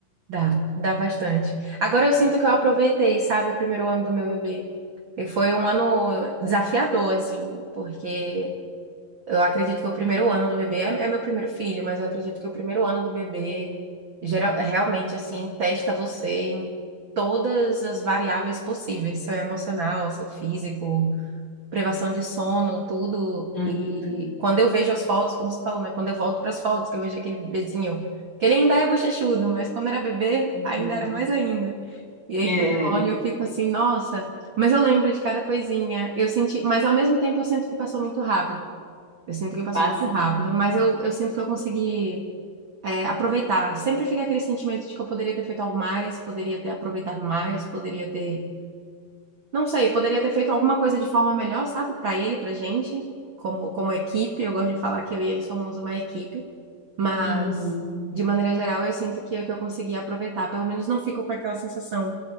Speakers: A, on the right; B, on the right.
A: dá, dá bastante. Agora eu sinto
B: Uhum,
A: que eu aproveitei, sabe, o primeiro ano do meu bebê. E foi um ano desafiador, assim, porque Eu acredito que o primeiro ano do bebê é, é meu primeiro filho, mas eu acredito que o primeiro ano do bebê geral, realmente assim testa você em todas as variáveis possíveis, seu emocional, seu físico, privação de sono, tudo.
B: uhum.
A: E quando eu vejo as fotos, como você falou, né? Quando eu volto para as fotos, que eu vejo aquele bebezinho, que ele ainda é bochechudo, mas quando era bebê,
B: uhum.
A: ainda era mais ainda. E aí
B: É,
A: quando eu olho, eu fico assim, nossa, mas eu lembro de cada coisinha. Eu senti, mas ao mesmo tempo eu sinto que passou muito rápido. Eu sinto que passou
B: passa.
A: muito rápido, mas eu, eu sinto que eu consegui, é, aproveitar. Sempre fica aquele sentimento de que eu poderia ter feito algo mais, poderia ter aproveitado mais, poderia ter, não sei, poderia ter feito alguma coisa de forma melhor, sabe? Pra ele, pra gente, como, como equipe. Eu gosto de falar que eu e ele somos uma equipe, mas
B: Uhum,
A: de maneira geral eu sinto que é o que eu consegui aproveitar. Pelo menos não fico com aquela sensação.